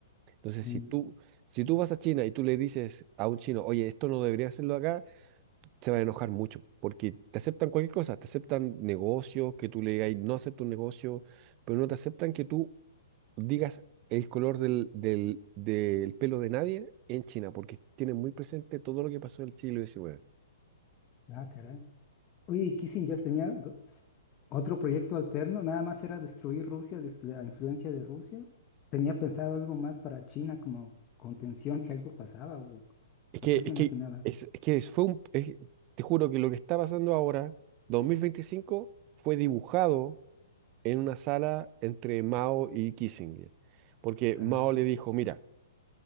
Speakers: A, on the right; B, on the left.
A: Entonces,
B: mm.
A: si tú, si tú vas a China y tú le dices a un chino, oye, esto no debería hacerlo acá, se van a enojar mucho, porque te aceptan cualquier cosa, te aceptan negocios, que tú le digas, no acepto un negocio, pero no te aceptan que tú digas el color del, del, del pelo de nadie en China, porque tienen muy presente todo lo que pasó en el siglo XIX.
B: Ah, caray. Oye, ¿y Kissinger tenía go- s- otro proyecto alterno, nada más era destruir Rusia, des- la influencia de Rusia. ¿Tenía pensado algo más para China como contención si algo pasaba o,
A: Es
B: o
A: que,
B: qué se
A: es
B: imaginaba?
A: que, es, es que es- fue un, es- te juro que lo que está pasando ahora, 2025 fue dibujado en una sala entre Mao y Kissinger, porque
B: Ah,
A: Mao le dijo, mira,